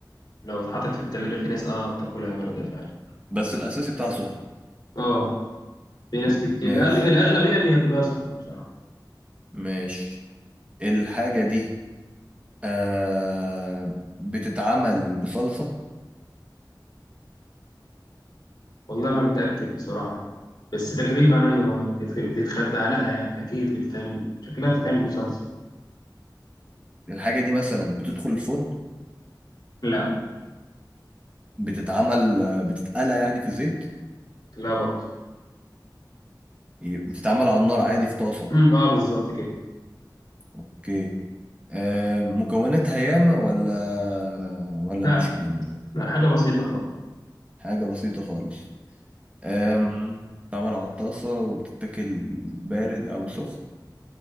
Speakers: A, on the left (about 70°); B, on the right (about 15°).
A: لو اتحطت في التلاجة في ناس اه بتاكلها باردة فعلا
B: بس الأساسي بتاعها سخن
A: اه في ناس
B: أوك-
A: كتير
B: ماشي
A: الأغل... الاغلبيه بياكلوها سخنه بصراحه
B: ماشي الحاجة دي آه بتتعمل بصلصة
A: والله ما متأكد بصراحة بس تقريبا أيوة بيت- بتتخبى عليها يعني أكيد بتتعمل شكلها بتتعمل بصلصة
B: الحاجة دي مثلا بتدخل الفرن
A: لا
B: بتتعمل آه، بتتقلى يعني في الزيت
A: لا برضه
B: ي- بتتعمل على النار عادي في طاسة
A: أمم، اه بالظبط كده
B: اوكي آه مكوناتها ياما ولا ولا
A: لا
B: مش يعني
A: لا حاجة بسيطة خالص
B: حاجة بسيطة خالص آم، بتتعمل على الطاسة وبتتاكل بارد أو سخن